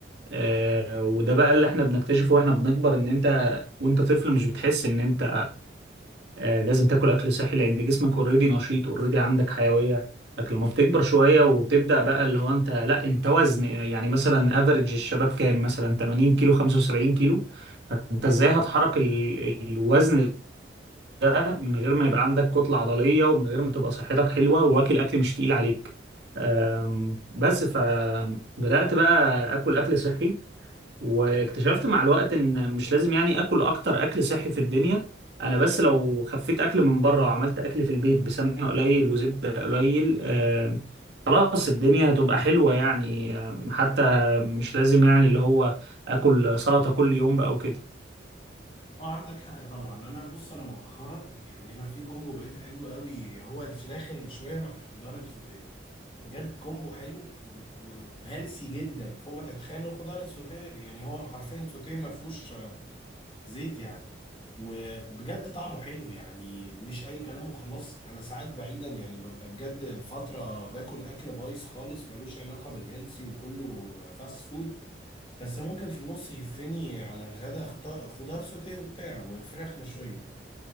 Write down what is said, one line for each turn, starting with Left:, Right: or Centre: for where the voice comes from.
Right: آه، وده بقى اللي احنا بنكتشفه واحنا بنكبر ان انت وانت طفل مش بتحس ان انت آه، لازم تاكل اكل صحي لان جسمك اوريدي نشيط اوريدي عندك حيويه لكن لما بتكبر شويه وتبدا بقى اللي هو انت لا انت وزن يعني مثلا افريج الشباب كام مثلا 80 كيلو 75 كيلو فانت ازاي هتحرك ال- الوزن ده من غير ما يبقى عندك كتله عضليه ومن غير ما تبقى صحتك حلوه واكل اكل مش تقيل عليك آم، بس فبدات بقى اكل اكل صحي واكتشفت مع الوقت ان مش لازم يعني اكل اكتر اكل صحي في الدنيا انا بس لو خفيت اكل من بره وعملت اكل في البيت بسمنه قليل وزبده قليل آه خلاص الدنيا هتبقى حلوه يعني آم، حتى مش لازم يعني اللي هو اكل سلطه كل يوم بقى وكده
Left: اه عندك حق طبعا انا بص انا مؤخرا يعني انا في كومبو بقيت عايزه قوي هو الفراخ المشويه مع الخضار السوتيه بجد كومبو حلو و- وهيلسي جدا فوق ما تتخيل الخضار السوتيه يعني هو حرفيا سوتيه ما فيهوش زيت يعني وبجد طعمه حلو يعني مش اي كلام وخلاص انا ساعات بعيدا يعني ببقى بجد فتره باكل اكل بايظ خالص ملوش علاقه بالهيلسي وكله فاست فود بس ممكن في النص يهفني على غدا خط- خضار سوتيه وبتاع وفراخ مشويه